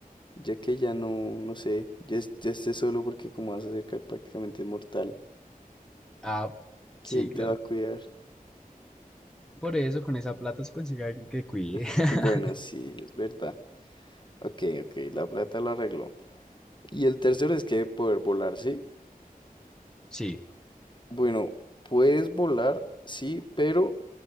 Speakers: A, on the left; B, in the centre.
A: ya que ya no, no sé, ya, es- ya estés solo porque como vas a ser ca- prácticamente inmortal,
B: Ah, sí,
A: ¿quién
B: claro.
A: te va a cuidar?
B: Por eso con esa plata se consigue alguien que cuide.
A: <laughs>
B: <laughs>
A: Bueno, sí, es verdad. Ok, ok, la plata lo arregló. Y el tercero es que poder volar, ¿sí?
B: Sí.
A: Bueno, puedes volar, sí, pero